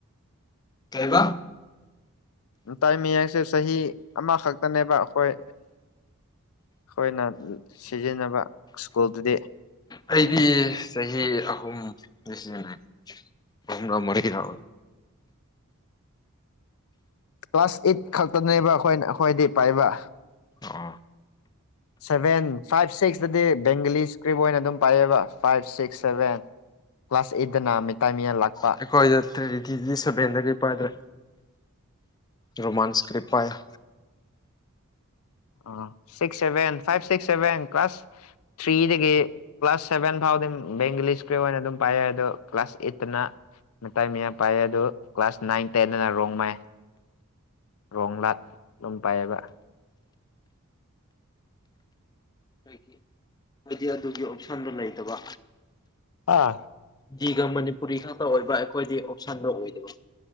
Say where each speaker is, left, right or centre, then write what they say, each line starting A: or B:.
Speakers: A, on the left; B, on the left.
A: ꯀꯩꯕ
B: ꯃꯤꯇꯩ ꯃꯌꯥꯛꯁꯦ ꯆꯍꯤ ꯑꯃꯈꯛꯇꯅꯦꯕ ꯑꯩꯈꯣꯏ ꯑꯩꯈꯣꯏꯅ ꯁꯤꯖꯤꯟꯅꯕ ꯁ꯭ꯀꯨꯜꯗꯨꯗꯤ
A: ꯑꯩꯗꯤ ꯆꯍꯤ ꯑꯍꯨꯝ ꯁꯤꯖꯤꯟꯅꯩ ꯑꯍꯨꯝꯔꯥ ꯃꯔꯤꯔꯥ
B: ꯀ꯭ꯂꯥꯁ ꯑꯩꯠ ꯈꯛꯇꯅꯦꯕ ꯑꯩꯈꯣꯏ ꯑꯩꯈꯣꯏꯗꯤ ꯄꯥꯏꯕ
A: ꯑ
B: <inaudible> ꯁꯚꯦꯟ ꯐꯥꯏꯚ ꯁꯤꯛꯁꯇꯗꯤ ꯕꯦꯡꯒꯂꯤ ꯏꯁꯀ꯭ꯔꯤꯞ ꯑꯣꯏꯅ ꯑꯗꯨꯝ ꯄꯥꯏꯑꯕ ꯐꯥꯏꯚ ꯁꯤꯛꯁ ꯁꯚꯦꯟ ꯀ꯭ꯂꯥꯁ ꯑꯩꯠꯇꯅ ꯃꯤꯇꯩ ꯃꯤꯌꯦꯜ ꯂꯥꯛ
A: ꯑꯩꯈꯣꯏꯗ ꯇꯦꯔꯤꯇꯤꯗꯤ ꯁꯚꯦꯟꯗꯒꯤ ꯄꯥꯏꯗ꯭ꯔꯦ ꯔꯣꯃꯥꯟ ꯏꯁꯀ꯭ꯔꯤꯞ ꯄꯥꯏꯌꯦ
B: ꯑꯣ six seven five six seven class ꯊ꯭ꯔꯤꯗꯒꯤ ꯀ꯭ꯂꯥꯁ ꯁꯦꯚꯦꯟ ꯐꯥꯎꯗꯤꯝ ꯕꯦꯡꯒꯂꯤꯁꯀꯤ ꯑꯣꯏꯅ ꯑꯗꯨꯝ ꯄꯥꯏ ꯑꯗꯣ ꯀ꯭ꯂꯥꯁ ꯑꯩꯠꯇꯅ ꯃꯤꯇꯩ ꯃꯌꯦ ꯄꯥꯏ ꯑꯗꯨ ꯀ꯭ꯂꯥꯁ ꯅꯥꯏꯟ ꯇꯦꯟꯗꯅ ꯔꯣꯡ ꯃꯥꯏ ꯔꯣꯡ ꯂꯥꯠ ꯑꯗꯨꯝ ꯄꯥꯏꯑꯕ
A: ꯑꯩꯒꯤ ꯍꯥꯏꯗꯤ ꯑꯗꯨꯒꯤ ꯑꯣꯞꯁꯟꯗꯨ ꯂꯩꯇꯕ
B: ꯑꯥ
A: ꯖꯤꯒ ꯃꯅꯤꯄꯨꯔꯤ ꯈꯛꯇ ꯑꯣꯏꯕ ꯑꯩꯈꯣꯏꯗꯤ ꯑꯣꯞꯁꯟꯗꯣ ꯑꯣꯏꯗꯕ